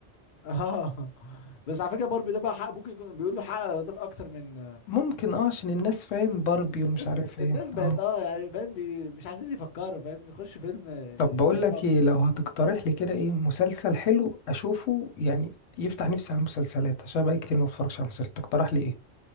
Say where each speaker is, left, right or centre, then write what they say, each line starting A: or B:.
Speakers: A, on the left; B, on the left.
A: اه <laughs> بس على فكره باربي ده بقى حق ممكن يكون بيقول له حقق ايرادات اكتر من
B: ممكن اه عشان الناس فاهم باربي ومش
A: الناس
B: عارف ايه
A: الناس بقت
B: اه
A: اه يعني فاهم بي... مش عايزين يفكروا فاهم يخشوا فيلم
B: طب بقول
A: يستمتعوا
B: لك
A: بيه
B: ايه لو هتقترح لي كده ايه مسلسل حلو اشوفه يعني يفتح نفسي على المسلسلات عشان بقى كتير ما بتفرجش على مسلسلات تقترح لي ايه